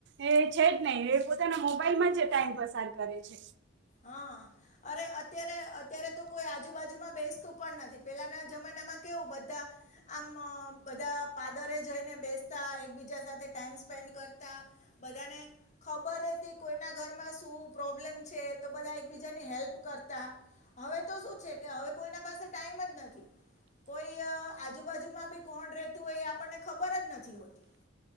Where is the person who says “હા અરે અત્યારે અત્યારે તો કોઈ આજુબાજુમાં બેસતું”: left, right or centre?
Left